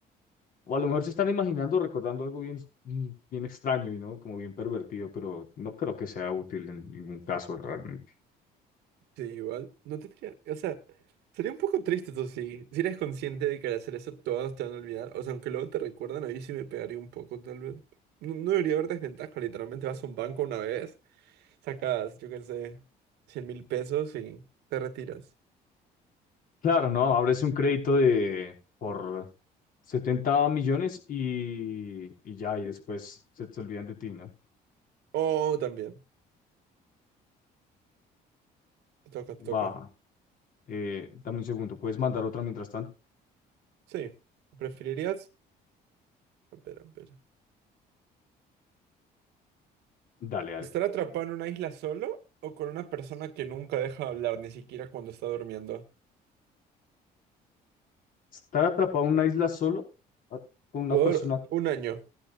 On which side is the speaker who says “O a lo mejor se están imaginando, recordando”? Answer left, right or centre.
Left